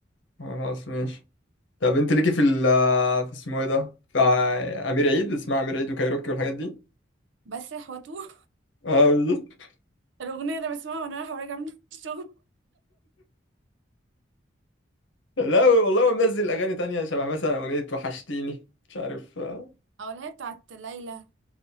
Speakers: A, on the left; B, on the right.
A: خلاص ماشي طب انت ليكي في ال آه، في اسمه ايه ده في ع- امير عيد اسمها امير عيد وكايروكي والحاجات دي
B: بسرح واتوه
A: اه بالظبط
B: <laughs> الاغنيه ده بسمعها وانا رايحه وراجعه من الشغل
A: <laughs> لا والله هو منزل اغاني تانية شبه مثلا اغنيه وحشتيني مش عارف اه
B: او اللي هي بتاعت ليلى